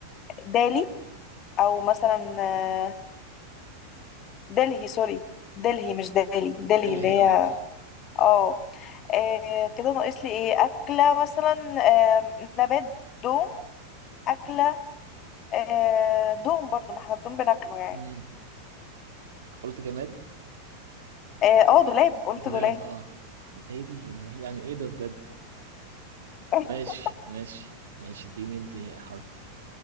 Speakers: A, on the left (about 35°); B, on the right (about 60°).
A: دالي او مثلا آه دلهي سوري دلهي مش دالي دلهي
B: اللي
A: اللي
B: هي
A: هي
B: اه
A: اه آه كده ناقص لي ايه اكله مثلا آه نبات دوم اكله آه دوم برضو ما احنا الدوم بناكله يعني
B: مم. قلت جماد
A: اه آه، دولاب قلت
B: دولاب
A: دولاب
B: اه هي دي ما هي- يعني ايه ده بجد
A: <laughs>
B: ماشي ماشي ماشي اديني انت حرف